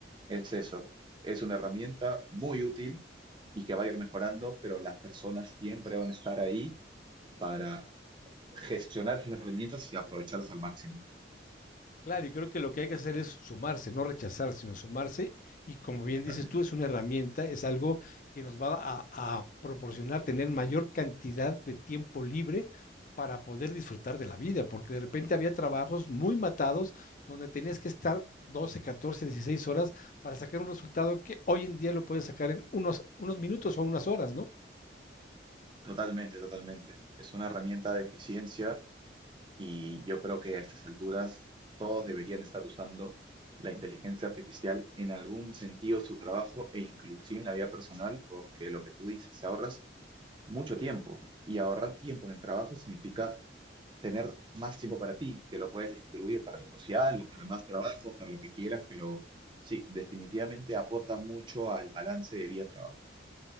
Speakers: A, on the right; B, on the left.
A: es eso, es una herramienta muy útil y que va a ir mejorando, pero las personas siempre van a estar ahí para gestionar esas herramientas y aprovecharlas al máximo.
B: Claro, y creo que lo que hay que hacer es sumarse, no rechazar, sino sumarse. Y como bien
A: Totalmente,
B: dices tú, es una herramienta, es algo que nos va a, a proporcionar tener mayor cantidad de tiempo libre para poder disfrutar de la vida, porque de repente había trabajos muy matados donde tenías que estar 12, 14, 16 horas para sacar un resultado que hoy en día lo puedes sacar en unos, unos minutos o unas horas, ¿no?
A: totalmente, totalmente. Es una herramienta de eficiencia y yo creo que a estas alturas todos deberían estar usando la inteligencia artificial en algún sentido, su trabajo e inclusive en la vida personal, porque lo que tú dices, se ahorras mucho tiempo y ahorrar tiempo en el trabajo significa tener más tiempo para ti, que lo puedes distribuir para lo social o para más trabajo, para lo que quieras, pero sí, definitivamente aporta mucho al balance de vida-trabajo.